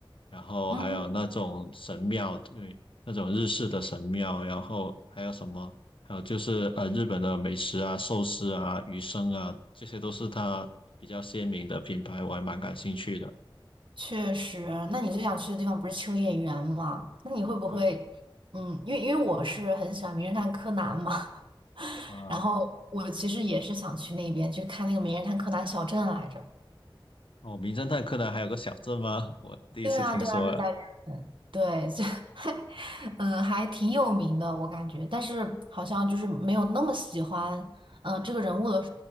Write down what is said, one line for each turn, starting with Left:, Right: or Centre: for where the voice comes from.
Left: 然后还有那种神庙，
Right: 嗯。
Left: 对，那种日式的神庙，然后还有什么？还有就是呃，日本的美食啊、寿司啊、鱼生啊，这些都是它比较鲜明的品牌，我还蛮感兴趣的。
Right: 确实，那你最想去的地方不是秋叶原吗？那你会不会，
Left: 对，
Right: 嗯，因为因为我是很喜欢《名侦探柯南》嘛，<laughs>
Left: 啊、
Right: 然后我其实也是想去那边去看那个《名侦探柯南》小镇来着。
Left: 哦，名侦探柯南还有个小镇吗？<laughs> 我第一次听说，
Right: 对啊，对啊，就在日本。对，就，<laughs> 还，嗯，还挺有名的，我感觉，但是好像就是没有那么喜欢，嗯，这个人物的，